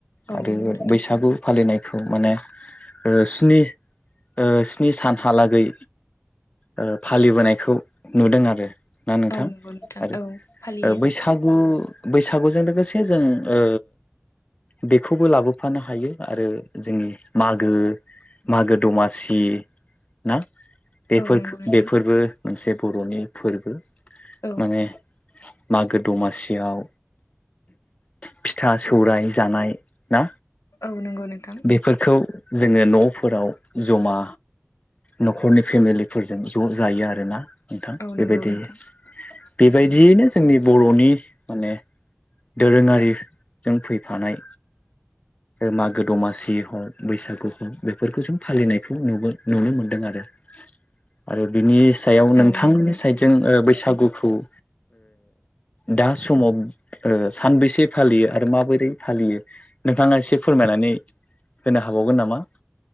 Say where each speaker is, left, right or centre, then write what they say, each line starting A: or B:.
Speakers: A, on the left (about 80°); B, on the left (about 30°).
A: औ
B: आरो
A: नंगौ नोंथां
B: बैसागु लिनायखौ माने ओ स्नि ओ स्नि सानहालागै ओ फालिबोनायखौ नुदों आरो ना नोंथां
A: औ नंगौ नोंथां
B: आरो
A: औ फालियो
B: ओ बैसागु बैसागुजों लोगोसे जों ओ बेखौबो लाबोफानो हायो आरो जोंनि मागो मागो दमासि ना बेफोर
A: औ नंगौ नोंथां
B: बेफोरबो मोनसे बर'नि फोरबो
A: औ
B: माने मागो दमासियाव फिथा सौराय जानाय ना
A: औ नंगौ नोंथां
B: बेफोरखौ जोङो न'फोराव जमा न'खरनि फेमिलिफोरजों ज' जायो आरोना नोंथां
A: औ
B: बेबायदि
A: नंगौ नोंथां
B: बेबायदियैनो जोंनि बर'नि माने दोरोङारिजों फैफानाय मागो दमासि हग बैसागु हक बेफोरखौ जों फालिनायखौ नुगो नुनो मोनदों आरो आरो बिनि सायाव नोंथांनि
A: औ नंगौ नोंथां
B: साइडजों ओ बैसागुखौ ओ दा समाव ओ सानबैसे फालियो आरो माबोरै फालियो नोंथाङा एसे फोरमायनानै होनो हाबावगोन नामा